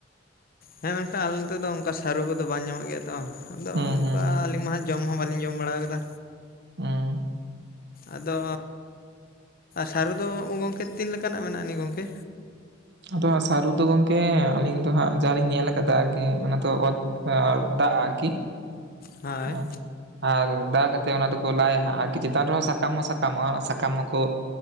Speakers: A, on the left; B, on the right.
A: ᱦᱮᱸ ᱢᱮᱱᱠᱷᱟᱱ ᱟᱞᱮ ᱱᱚᱱᱛᱮ ᱫᱚ ᱚᱱᱠᱟ ᱥᱟᱹᱨᱩ ᱠᱚᱫᱚ ᱵᱟᱝ ᱧᱟᱢᱚᱜ ᱜᱮᱭᱟ ᱛᱚ, ᱟᱫᱚ
B: ᱦᱩᱸ
A: ᱚᱱᱠᱟ
B: ᱦᱩᱸ ᱦᱩᱸ
A: ᱟᱹᱞᱤᱧ ᱢᱟ ᱦᱟᱸᱜ ᱡᱚᱢ ᱦᱚᱸ ᱵᱟᱹᱞᱤᱧ ᱡᱚᱢ ᱵᱟᱲᱟᱣ ᱠᱟᱫᱟ᱾
B: ᱚ ᱸ᱾
A: ᱟᱫᱚ ᱥᱟᱹᱨᱩ ᱫᱚ ᱜᱚᱝᱠᱮ ᱛᱤᱱ ᱞᱮᱠᱟᱱᱟᱜ ᱢᱮᱱᱟᱜ ᱟᱹᱱᱤᱡ ᱜᱚᱝᱠᱮ?
B: ᱟᱫᱚ ᱥᱟᱹᱨᱩ ᱫᱚ ᱜᱚᱝᱠᱮ ᱟᱹᱞᱤᱧ ᱫᱚ ᱦᱟᱸᱜ ᱡᱟᱞᱤᱧ ᱧᱮᱞ ᱟᱠᱟᱫᱟ ᱟᱨᱠᱤ ᱚᱱᱟ ᱫᱚ ᱚᱛ ᱟᱨ ᱫᱟᱜ ᱟᱨᱠᱤ᱾
A: ᱦᱚᱸᱭ᱾
B: ᱦᱮᱸ ᱟᱨ ᱫᱟ ᱠᱟᱛᱮᱫ ᱚᱱᱟ ᱫᱚᱠᱚ ᱞᱟᱭᱟ ᱦᱟᱸᱜ ᱟᱨᱠᱤ, ᱪᱮᱛᱟᱱ ᱨᱮᱦᱚᱸ ᱥᱟᱠᱟᱢ ᱦᱚᱸ ᱥᱟᱠᱟᱢᱚᱜᱼᱟ ᱚᱱᱟ ᱥᱟᱠᱟᱢ ᱦᱚᱸᱠᱚ